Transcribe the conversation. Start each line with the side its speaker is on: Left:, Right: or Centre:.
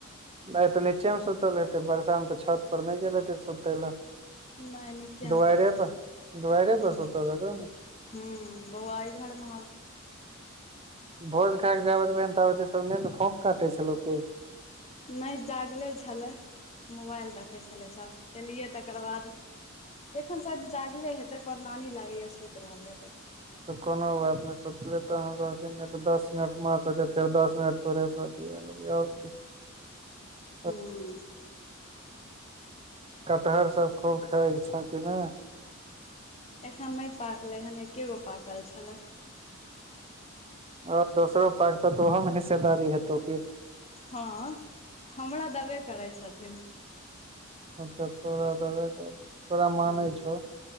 Right: नै तऽ नीचे मे सुतल हेतै बरषामे तऽ छत पर नै गेल हेते सुतय लऽ।
Left: नहि नीचेमे
Right: दुआरे
Left: सुतल
Right: पर
Left: छै
Right: दुआरे
Left: हूँ
Right: पर सुत रहताय
Left: हूँ बौवा यैघर मह
Right: भोज खायके जाबेत रहै ताबेत इसब फोफ काटै छलौकी
Left: नै जागले छलए मोबाइल देखै छलै सब एलियै तकर बाद एखन शायद जागले हेतै परणानी लागैया सुति रहल हेतै।
Right: तऽ कोनो बात नै सोतलै तऽ रह दि नै तऽ दस मिनट मास होतै फेर दस मिनट तोरेसँ तियाल बाह छै, <unintelligible>
Left: हूँ।
Right: कटहर सब खूब खाइ छऽ कि नै
Left: एखन नै पाकलै हन एकके गो पाकल छलै।
Right: आओर दोसरो पाकतौ तऽ ओहोमे हिस्सेदारी है तो की
Left: हँ हमरा दबे करै छथिन,
Right: अचछा तोरा दबै क तोरा मानै
Left: हूँ
Right: छौ।